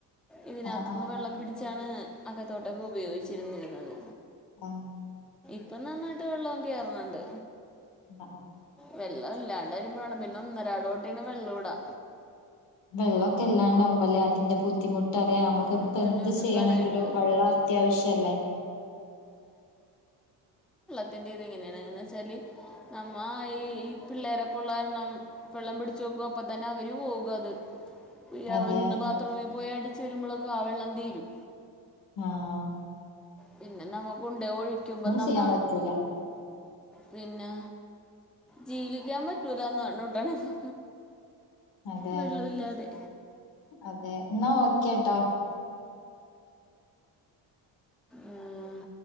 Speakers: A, in the centre; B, on the left.
A: ഇതിനകത്തൂന്ന്
B: ആ ആ
A: വെള്ളം പിടിച്ച് വച്ചാണ് അകത്തോട്ടൊക്കെ ഉപയോഗിച്ചിരുന്നിരുന്നത്
B: ആ
A: ഇപ്പം നന്നായിട്ട് വെള്ളം കെർണ് ണ്ട്
B: ആ, ആ.
A: വെള്ളം ഇല്ലാണ്ടെ പ <unintelligible> പിന്നെ ഒന്നരാടോട്ടീന് വെള്ളൂടാ
B: വെള്ളക്കെ ഇല്ലാണ്ടാവുമ്പോ അതിന്റെ ബുദ്ധിമുട്ട് അറിയാം, നമുക്കിപ്പൊ
A: പിന്നെ പൊന്നെ
B: എന്ത്
A: ഒന്നും
B: ചെയ്യണെങ്കിലോ
A: പറയണ്ട
B: വെള്ളം അത്യാവശ്യല്ലേ.
A: ത് എന്ത് ചെയ്താ ഇങ്ങനെയാണ്, എന്ന് വെച്ചാല് നമ്മ ഈ ഈ പിള്ളേരൊക്കൊള്ളാരണം വെള്ളം പിടിച്ച് വെക്കും, അപ്പ തന്നെ അവര് പോകും അത് <unintelligible>
B: അതെ
A: ഒന്ന് ബാത്റൂമി പോയി അടി വെക്കും, ആ വെള്ളം തീരും.
B: ആഹ്
A: പിന്നെ നമ്മ കൊണ്ടേ ഒഴിക്കുമ്പോ നമ്മ
B: ചെയ്യാൻ പറ്റൂല.
A: പിന്നെ ജീവിക്കാൻ പറ്റൂലാന്ന് പറഞ്ഞ് കൂട്ടാണ് ഇപ്പൊ
B: അതെ
A: വെള്ളോല്ലാതെ
B: അതെ എന്നാ ഓക്കേ ട്ടോ
A: ആഹ്